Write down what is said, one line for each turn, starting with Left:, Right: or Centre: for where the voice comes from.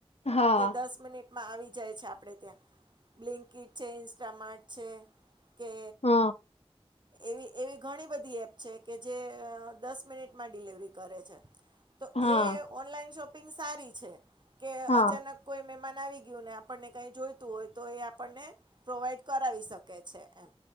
Left: હા
Right: કે દસ મિનિટમાં આવી જાય છે આપડે ત્યાં બ્લિંકિટ છે ઇન્સ્ટમાર્ટ છે કે
Left: હા
Right: એવી એવી ઘણી બધી એપ છે કે જે દસ મિનિટમાં ડિલિવરી કરે છે તો
Left: હા
Right: એ ઓનલાઈન શોપ કોય આપ ક
Left: હા
Right: અચાનક કોઈ મેહમાન આવી ગયો ને કઈ બોઈબે તો એ આપણને પ્રોવાઈડ કરાવી શકે છે એમ